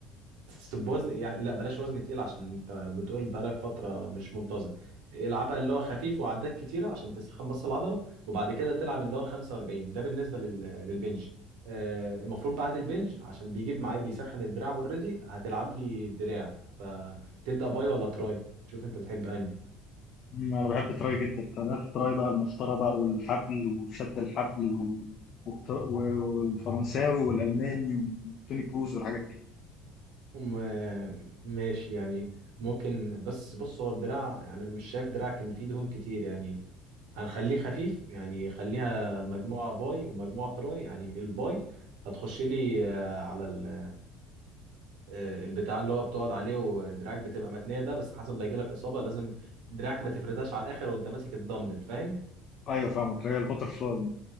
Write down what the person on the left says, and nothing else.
أمم، انا بحب التراي جدا تمرينات التراي بقى المسطره بقى والحبل وشد الحبل وال... والتر- والفرنساوي والالماني وتوني كروز والحاجات دي
ايوه فاهمك اللي هي البتر فلاي